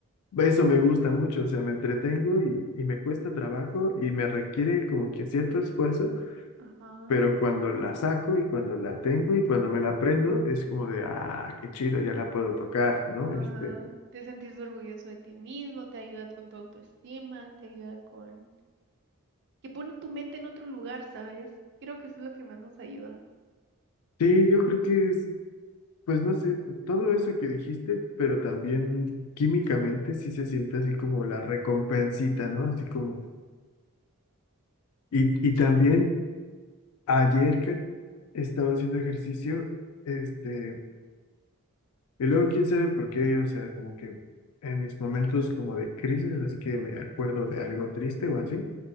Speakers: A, on the left; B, on the right.
A: eso me gusta mucho, o sea, me entretengo y, y me cuesta trabajo y me requiere como que cierto esfuerzo,
B: Ajá.
A: pero cuando la saco y cuando la tengo y cuando me la aprendo, es como de, ah, qué chido, ya la puedo tocar, ¿no?
B: Ajá.
A: Este,
B: Te sentís orgulloso de ti mismo, te ayuda con tu autoestima, te ayuda con que pone tu mente en otro lugar, ¿sabes? Creo que eso es lo que más nos ayuda.
A: sí, yo creo que es, pues no sé, todo eso que dijiste, pero también químicamente sí se siente así como la recompensita, ¿no? Así como Y, y también ayer que estaba haciendo ejercicio, este, y luego quién sabe por qué, o sea, como que en mis momentos como de crisis, así que me acuerdo de algo triste o así,